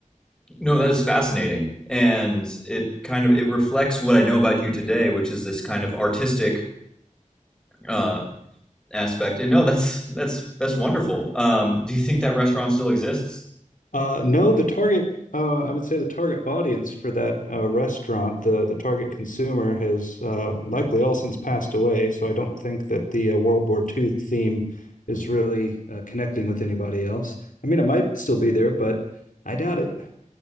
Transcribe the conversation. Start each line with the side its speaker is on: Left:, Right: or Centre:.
Centre: No, that is fascinating. And it kind of it reflects what I know about you today, which is this kind of artistic uh aspect. And no, that's that's that's wonderful. Um, do you think that restaurant still exists?
Left: Uh, no, the target, uh, I would say the target audience for that uh, restaurant, the the target consumer has uh, likely all since passed away. So I don't think that the uh, World War II theme is really uh, connecting with anybody else. I mean, it might still be there, but I doubt it. <laughs>